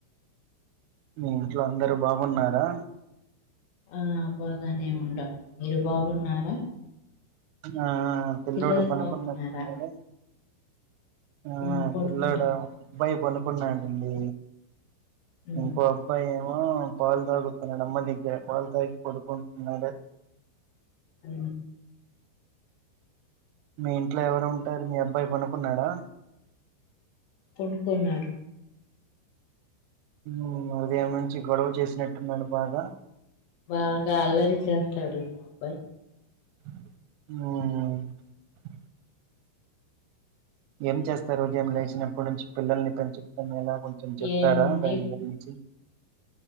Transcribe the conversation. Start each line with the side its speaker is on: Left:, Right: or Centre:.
Right: మీ ఇంట్లో అందరు బాగున్నారా
Left: ఆ బాగానే ఉండాం మీరు బాగున్నారా
Right: ఆ పిల్లోడు
Left: పిల్లలు
Right: పనుకున్నట్టున్నాడు
Left: బాగున్నారా
Right: ఆ
Left: ఉమ్ పనుకున్నారు
Right: పిల్లోడు ఒక అబ్బాయి పనుకున్నాడండి
Left: ఉమ్
Right: ఇంకో అబ్బాయి ఏమో పాలు తాగుతున్నాడు అమ్మ దగ్గర పాలు తాగి పడుకుంటున్నాడు
Left: ఆ
Right: మీ ఇంట్లో ఎవరు ఉంటారు మీ అబ్బాయి పనుకున్నాడా
Left: పనుకున్నాడు
Right: ఉ ఉదయం నుంచి గొడవ చేసినట్టున్నాడు బాగా
Left: బాగా అల్లరి చేస్తాడు మా అబ్బాయి
Right: ఆ ఏం చేస్తారు ఉదయం లేచినప్పటి నుంచి పిల్లల్ని పెంచుకునేలా కొంచెం చెప్తారా
Left: ఏముంది
Right: దాని గురించి